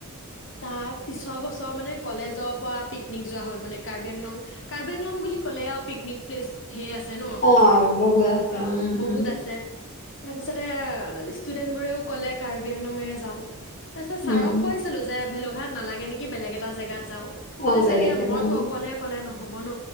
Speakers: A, on the left; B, on the left.
A: তাৰপিছৰ বছৰ মানে কলেজৰ পৰা পিকনিক যোৱা হ'ল মানে কাৰ্বি আংলং, কাৰ্বি আংলং বুলি ক'লে আৰু পিক নিক প্লেছ ঢেই আছে ন
B: অ
A: আজিকালি,
B: বহুত আছে
A: অ
B: উম
A: বহুত
B: উম
A: আছে তাৰপিছতে ষ্টুডেণ্টবোৰেও ক'লে কাৰ্বি আংলঙেই যাওঁ। তাৰপিছত
B: উম
A: ছাৰক
B: উম উম
A: কৈছিলো যে ভেলু ঘাট নালাগে নেকি, বেলেগ এটা জেগাত যাওঁ,
B: অ
A: তাৰপিছত
B: বেলেগ
A: এতিয়া
B: জেগা
A: মইতো
B: উম
A: অকলে ক'লে ন হ'ব ন?